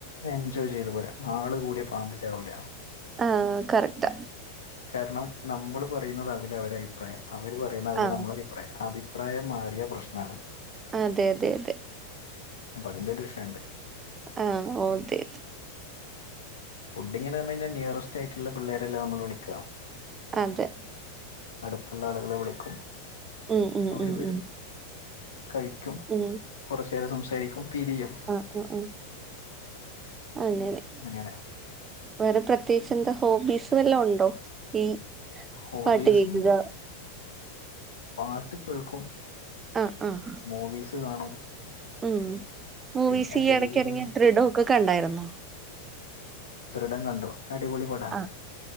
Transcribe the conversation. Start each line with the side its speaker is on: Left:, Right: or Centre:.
Left: എൻജോയ് ചെയ്തു പോരാ ആള് കൂടിയ പാമ്പിച്ചാവൂല.
Right: ആ കറക്ടാ.
Left: കാരണം നമ്മള് പറയുന്നതാവില്ല അവര അഭിപ്രായം അവര് പറയുന്നതാവില്ല
Right: ആഹ്
Left: നമ്മളെ അ. അ അഭിപ്രായം മാറിയ പ്രശ്നമാണ്.
Right: അതെ അതെ അതെ.
Left: അപ്പൊ അതിന്റെ ഒരു വിഷയംണ്ട്.
Right: ആ ഒക്കെ.
Left: ഫുഡിങ്നുന്നു പറഞ്ഞാൽ നിയറസ്റ്റ് ആയിട്ടുള്ള പിള്ളേരെല്ലേ നമ്മൾ വിളിക്കുക.
Right: അതെ.
Left: അടുത്തുള്ള ആളുകളെ വിളിക്കും.
Right: ഉം ഉം
Left: അവര്
Right: ഉം
Left: വരും
Right: ഉം
Left: കഴിക്കും.
Right: ഉം
Left: കുറചേരം സംസാരിക്കും പിരിയും.
Right: മ് മ് അങ്ങനെ.
Left: അങ്ങനെ.
Right: വേറെ പ്രത്യേകിച്ച് എന്താ ഹോബീസ് വല്ലതും ഉണ്ടോ ഈ.
Left: ഹോബീസ്
Right: പാട്ട് കേക്കുക
Left: പാട്ട് കേൾക്കും.
Right: ആഹ് ആഹ്
Left: മൂവീസ് കാണും.
Right: ഉം മൂവിസ്
Left: പിന്നെ
Right: ഈ
Left: ഡെയിലി
Right: ഇടക്കറിങ്ങിയ ദൃടൊക്കെ കണ്ടായിരുന്നോ.
Left: ദൃഢം കണ്ടു. അടിപൊളി പടമാണ്
Right: ആ